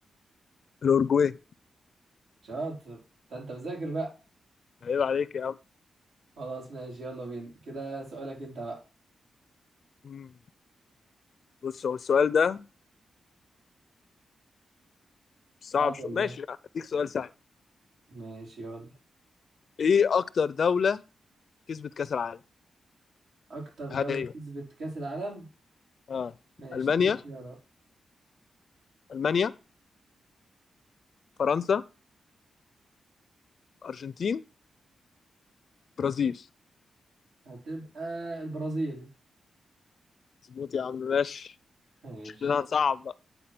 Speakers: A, on the left; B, on the right.
A: الأورجواي
B: شاطر ده انت مذاكر بقى
A: عيب عليك يا عم
B: خلاص ماشي يلا بينا كده سؤالك انت بقى
A: مم. بص هو السؤال ده
B: صعب
A: صعب شو
B: ولا
A: ماشي
B: ايه
A: لا، هديك سؤال سهل
B: ماشي يلا
A: ايه اكتر دولة كسبت كأس العالم
B: اكتر
A: هل
B: دولة
A: هي
B: كسبت كاس العالم
A: اه
B: ماشي
A: المانيا
B: اديني اختيارات
A: المانيا فرنسا ارجنتين برازيل
B: هتبقى البرازيل
A: مظبوط يا عم ماشي
B: ماشي
A: شكلنا هنصعب بقى